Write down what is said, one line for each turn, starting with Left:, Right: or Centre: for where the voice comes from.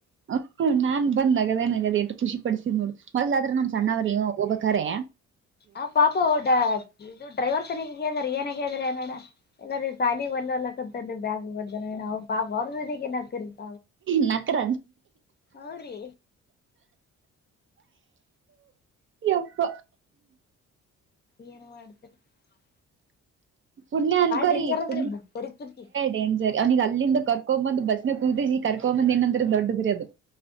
Right: ಹ ನಾನ್ ಬಂದ್ಗಗದೇ ನಗದ ಎಷ್ಟು ಖುಷಿ ಪಡಿಸಿದ್ ನೋಡು ಮೊದ್ದ ಆದ್ರ ನಮ್
Left: ಹ್ಮ್
Right: ಸಣ್ಣವರೇೋಗಬ ಕರೆ
Left: ಆ ಪಪಾವಡ ಇದು ಡ್ರೈವರ್ ತನಿಗೆ ಕ ಹೇಳದ್ರ ಏನ ಕ ಹೇಳದ್ರ ಅನಡ ಎಲ್ಲ ಸಾಲಿ ಒಲ್ಲಲ್ಲ <unintelligible>
Right: ನಕರ
Left: ಅವ್ರಿ
Right: ಎಪ್ಪ
Left: ಏನ ಮಾಡ <unintelligible>
Right: ಪುಣ್ಯ ಅನುಕರಿ
Left: ಡೇಂಜರ್
Right: ಪುಣ
Left: ಅದ್ರಿ ಬರಿ ಚುಕ್ಕಿ
Right: ಡೆಂಜರ್ ಅವನಗ್ ಅಲ್ಲಿಂದ ಕರ್ಕೊ ಬಂದು ಬಸ್ಸನ ಕುದ್ದ ಈ ಕರ್ಕೊಂಬಂದ ಏಂದ್ರ ದೊಡ್ಡದ್ರಿ ಅದು